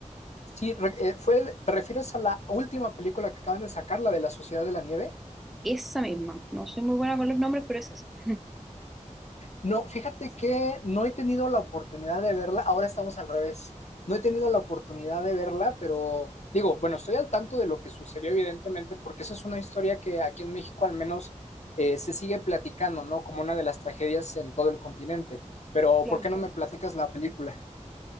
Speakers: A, on the left (about 60°); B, in the centre.
A: Sí, re- eh, fue, el- ¿te refieres a la última película que acaban de sacar, la de la Sociedad de la Nieve?
B: Esa misma. No soy muy buena con los nombres, pero es esa. <laughs>
A: No, fíjate que no he tenido la oportunidad de verla, ahora estamos al revés. No he tenido la oportunidad de verla, pero digo, bueno, estoy al tanto de lo que sucedió evidentemente, porque esa es una historia que aquí en México al menos eh, se sigue platicando, ¿no? Como una de las tragedias en todo el continente. Pero,
B: Claro.
A: ¿por qué no me platicas la película?